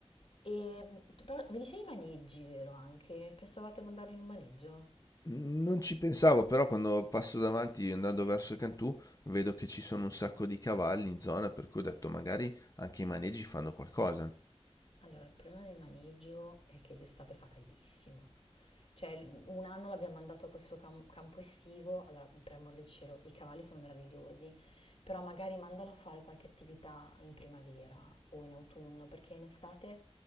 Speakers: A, on the left; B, on the left.
A: E però mi dicevi maneggi, vero anche? Pensavate a mandarlo in un maneggio?
B: Non ci pensavo, però quando passo davanti andando verso Cantù vedo che ci sono un sacco di cavalli in zona, per cui ho detto magari anche i maneggi fanno qualcosa.
A: Allora, il problema del maneggio è che d'estate fa caldissimo. Cioè, l- un anno l'abbiamo mandato a questo cam- campo estivo, allora, per amor del cielo, i cavalli sono meravigliosi, però magari mandalo a fare qualche attività in primavera o in autunno, perché in estate,